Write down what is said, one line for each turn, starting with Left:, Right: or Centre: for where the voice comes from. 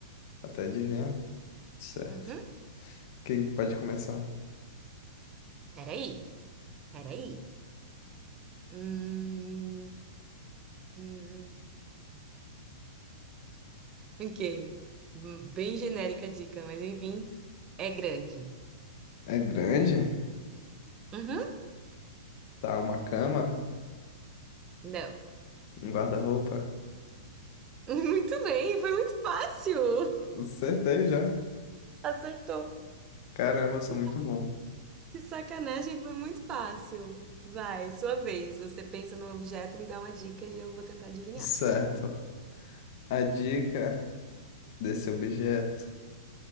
Left: Até adivinhar? Certo.
Right: Uhum.
Left: Quem que pode começar?
Right: Peraí, peraí. Hum, hum. hum. Ok. Hum, Bem genérica a dica, mas enfim, é grande.
Left: É grande?
Right: Uhum.
Left: Tá, uma cama?
Right: Não.
Left: Um guarda-roupa?
Right: <laughs> Muito bem, foi muito fácil.
Left: Acertei já.
Right: Acertou.
Left: Caramba, eu sou
Right: Que,
Left: muito bom.
Right: que sacanagem, foi muito fácil. Vai, sua vez. Você pensa num objeto, me dá uma dica e eu vou tentar adivinhar.
Left: Certo. A dica. desse objeto